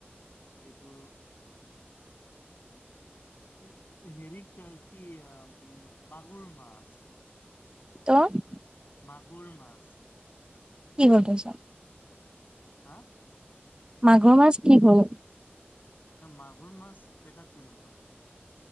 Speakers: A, on the left (about 50°); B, on the right (about 20°).
A: সেইটো। এ এ হেৰি কি উম মাগুৰ মাছ।
B: ত'
A: মাগুৰ মাছ
B: কি হ'ল তাৰ পাছত
A: হা
B: মাগুৰ মাছ কি হ'ল
A: মাগুৰ মাছ দেখাত কেনেকুৱা।